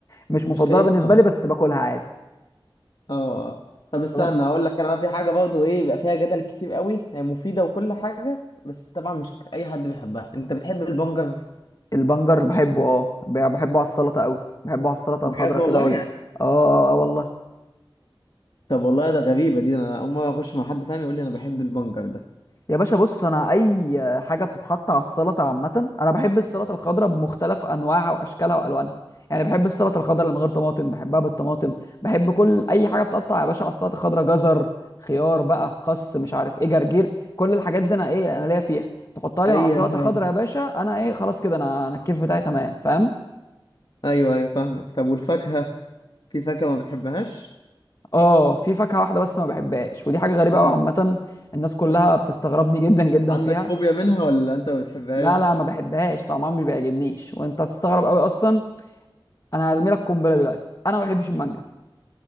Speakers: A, on the left; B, on the left.
A: مش
B: مش
A: مفضلة
B: كيف
A: بالنسبة
B: سلطه
A: لي بس باكلها عادي
B: اه اه طب استنى
A: طب
B: مم. اقول لك انا بقى في حاجه برضه ايه بيبقى فيها جدل كتير قوي هي مفيده وكل حاجه بس طبعا مش اي حد بيحبها انت بتحب البنجر
A: البنجر بحبه اه ب- بحبه على السلطة قوي بحبه على السلطة
B: بجد
A: الخضراء
B: والله
A: كده وال... اه اه آه، والله
B: طب والله ده غريبه دي انا اول مره اخش مع حد فاهم يقول لي انا بحب البنجر ده
A: يا باشا بص انا اي حاجه بتتحط على السلطه عامه انا بحب السلطه الخضراء بمختلف انواعها واشكالها والوانها يعني بحب السلطه الخضراء اللي من غير طماطم بحبها بالطماطم بحب كل اي حاجه بتقطع يا باشا على السلطه الخضراء جزر خيار بقى خس مش عارف ايه جرجير كل الحاجات دي انا ايه انا ليا فيها تحطها لي
B: اي
A: مع السلطه
B: حاجه
A: الخضراء يا باشا انا ايه خلاص كده انا انا الكيف بتاعي تمام فاهم
B: ايوه ايوه فاهمك طب والفاكهه في فاكهه ما بتحبهاش
A: اه في فاكهه واحده بس ما بحبهاش ودي حاجه غريبه
B: قول
A: قوي عامه
B: لي.
A: الناس كلها
B: <laughs>
A: بتستغربني جدا جدا
B: عندك
A: فيها
B: فوبيا منها ولا انت ما بتحبهاش
A: لا لا ما بحبهاش طعمها ما بيعجبنيش وانت هتستغرب قوي اصلا انا هرمي لك قنبله دلوقتي انا ما بحبش المانجا